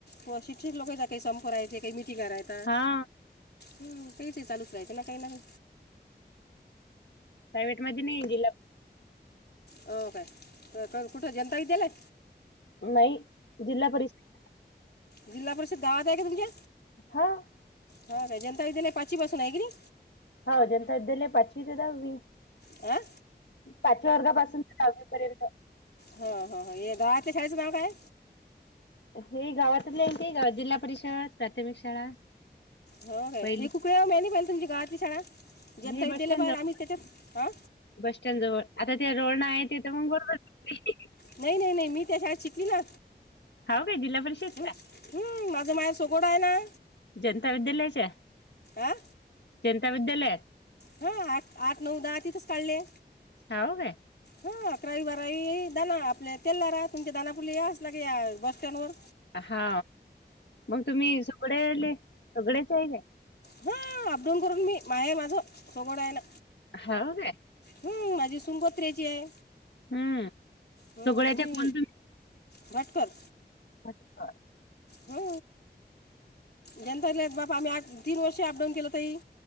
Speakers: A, on the left; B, on the left.
A: मग शिक्षित लोकांचा काही <unintelligible> काही मिटींग करायच
B: हां
A: काही ते चालूच राहायचं ना काही ना काही.
B: प्रायव्हेट मध्ये नाही जिल्हा
A: हो काय, कुठं जनता विद्यालय?
B: नाही, जिल्हा परिषद.
A: जिल्हा परिषद गावात आहे का तुमच्या?
B: हां
A: हा काय, जनता विदयालय पाचवीपासून आहे की नाही?
B: हा, जनता विद्यालय पाचवी ते दहावी.
A: आ
B: पाचव्या वर्गापासून तर दहावीपर्यंत.
A: हो, हो, ये गावातल्या शाळेचं नाव काय?
B: हे गावातच आहे, ते जिल्हा परिषद प्राथमिक शाळा.
A: हो काय
B: पहिली
A: हे खुप वेळा मॅने पाहिलं तुमच्या गावातली शाळा, जनताही
B: हे बस
A: दिलं
B: स्टँड
A: पाहिल
B: जवळ
A: आम्ही त्याच्याच हां.
B: बस स्टँड जवळ, आता ते रोड आहे तिथं मग गोडधोड खातील की?
A: नाही, नाही, नाही, मी त्या शाळेत शिकली ना?
B: हाव काय जिल्हा परिषदच्या
A: ह् हम्म माझ माहेर सगोडा आहे ना.
B: जनता विद्यालयच.
A: आं
B: जनता विद्यालय.
A: हा आठ आठ नऊ दहा तिथेच काढले.
B: हव काय.
A: हा अकरावी बारावी धना आपले तेलारा तुमच्या धना फुले असला क या बस स्टँड वर.
B: हा मग तुम्ही सगळे सगळेच आहे का?
A: हां अपडाऊन करून मी माय माझं सोगडं आहे ना.
B: हव काय
A: हम्म माझी सुन गोत्र्याची आहे.
B: हम्म
A: हम्म
B: सगळ्याच्या
A: मी
B: कोण
A: भाटकर
B: भाटकर
A: ह जन बापा आम्ही तीन वर्षे अपडाऊन केलं तही.